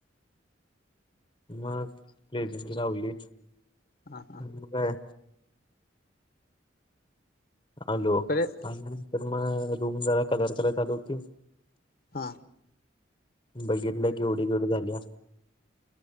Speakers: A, on the left; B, on the left.
A: मग पलेज लावली
B: हा हा
A: मग काय? हॅलोंतर
B: बरे
A: मग रूम जरा कलर करायचा आल होती.
B: हा.
A: बघितलं केवढी केवढी झाली.